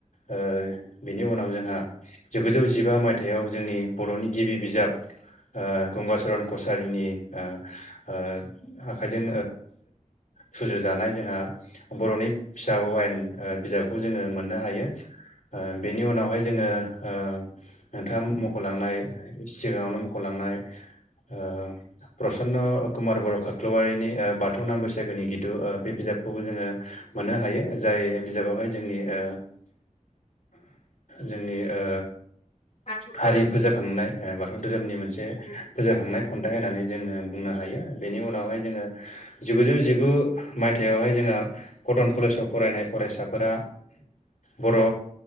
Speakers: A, on the left; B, on the left.
A: ओ बिनि उनाव जोंहा जिगुजौ जिबा मायथाइयाव जोंनि बर'नि गिबि बिजाब ओ गंगचरन कसारिनि ओ ओ आखाइजों सुजुजानाय जोंहा बर'नि फिसा अवायेन बिजाबखौ जोङो मो नो हायो बेनि उनावहाय जोङो ओ नोंथाङा मख'लांनाय सिगाङावनो मख'लांनाय ओ प्रसन्न कुमार बर' खाख्लवारिनि बाथौ नाम बैसागुनि गिदु बे बिजाब खौबो जोङो मोननो हायो जाय बिजाबावहाय जोंनि ओ जोंनि ओ
B: बाथौ धोरोम
A: हारि फोजा खांनाय बाथौ धोरोमनि मोनसे
B: उम
A: फोजाखांनाय खन्थाइ होननानै जोङो बुंनो हायो बेनि उनावहाय जोङो जिगुजौ जिगु मायथाइावहाय जोंहा कटन कलेजाव फरायनाय फरायसाफोरा बर'